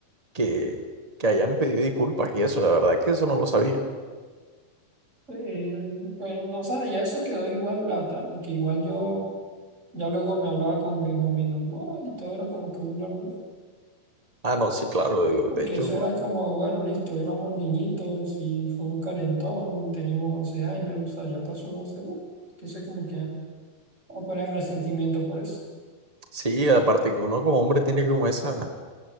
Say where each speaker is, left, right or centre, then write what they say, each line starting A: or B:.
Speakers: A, on the right; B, on the right.
A: que, que hayan pedido disculpas y eso, la verdad es que eso no lo sabía.
B: Sí, pues no sé, ya eso quedó igual la otra, porque igual yo ya luego me hablaba con Benjamín normal y todo era como que muy normal.
A: Ah, no, sí, claro, digo,
B: Porque
A: de hecho,
B: eso era como, bueno, listo, éramos niñitos y fue un calentón, teníamos 11 años, o sea, ya pasó 12, uh, entonces como que ah, no poner resentimiento por eso.
A: sí, aparte que uno como hombre tiene como esa,